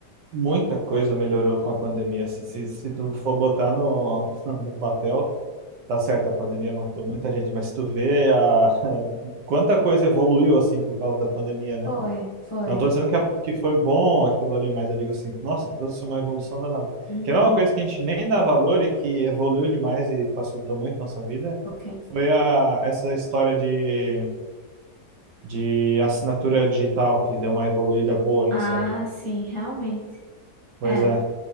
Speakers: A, on the right; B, on the left.
A: muita coisa melhorou com a pandemia. Se, se, se tu for botar no, <laughs> no papel, Tá certo, a pandemia matou muita gente, mas se tu vê a... quanta coisa evoluiu assim por causa da pandemia, né?
B: Foi, foi.
A: Não tô dizendo que, a- que foi bom aquilo ali, mas eu digo assim, nossa, trouxe uma evolução danada.
B: Uhum.
A: Que é uma coisa que a gente nem dá valor e que evoluiu demais e facilitou muito nossa vida,
B: O
A: foi a... essa história de... de assinatura digital, que deu uma evoluída boa nessa.
B: Ah, sim, realmente.
A: Pois
B: É.
A: é.